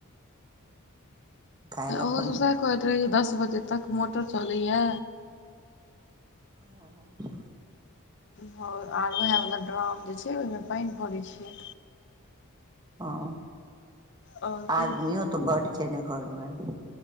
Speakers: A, on the right; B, on the left.
A: काल्हि
B: ओहो
A: अपन
B: सब सेहे कहैत रहै जे दस बजे तक मोटर चलैय।
A: हाॅं, हाॅं।
B: हाॅं, आर वएह वाला ड्राम जे छै ओहिमें पानि भरै छियै।
A: ओ,
B: आओर फेर
A: आदमियो तऽ बडु छै ने घऽरमें।